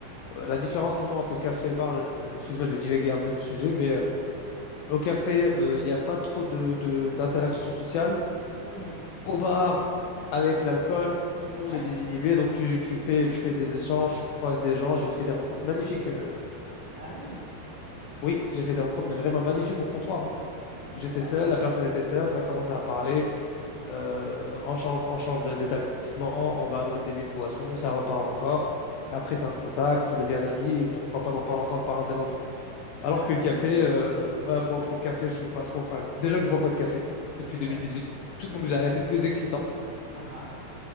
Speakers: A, on the left; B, on the right.
A: la différence pour moi entre le café et le bar, je- excuse-moi, je vais divaguer un peu du sujet, mais euh, au café euh, il n'y a pas trop de de- d'interaction sociale.
B: Hmm.
A: Au bar, avec l'alcool, tout le monde
B: <laughs>
A: est désinhibé, donc tu, tu fais, tu fais des échanges, tu croises des gens, j'ai fait des rencontres magnifiques. euh.
B: Ah oui,
A: Oui, j'ai fait des rencontres, mais vraiment magnifiques au comptoir. hein.
B: d'accord.
A: J'étais seul, la personne était seule, ça a commencé à parler, euh, on change, on change de- d'établissement, on va à un autre débit de boisson, ça reparle encore. Et après, c'est un contact, ça devient un ami, et pourquoi pas dans pas longtemps le parrain de mes enfants. Alors
B: Ah
A: que le café,
B: oui,
A: euh, ouais, moi pour le café, je suis pas trop fan. Déjà que je bois pas de café depuis deux
B: ouais,
A: mille dix-huit, <laughs>
B: ça
A: donc
B: limite.
A: j'ai arrêté tous les excitants.
B: Ah ah,